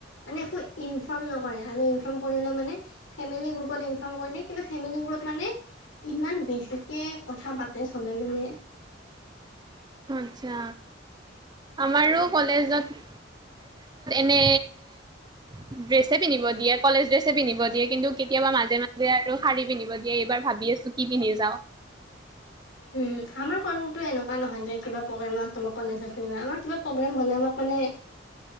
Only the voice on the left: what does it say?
মানে একো ইনফ্ৰম নকৰে ন ইনফ্ৰম কৰিলোঁ মানে ফেমিলি গ্ৰুপত ইনফ্ৰম কৰিলে কিন্তু মানে ইমান বেছিকে কথা পাতে চবে মানে
উম আমাৰ খনটোএনেুৱা নহয় যে কিবা প্ৰগ্ৰমত কলেজ বা আমাৰ কিবা প্ৰগ্ৰেম হলে আমাক মানে